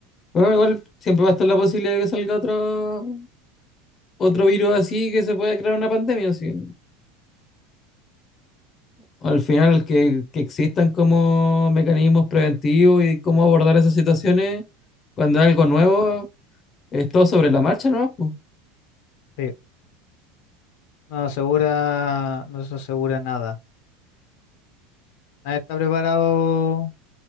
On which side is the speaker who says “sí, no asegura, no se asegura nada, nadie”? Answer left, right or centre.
Left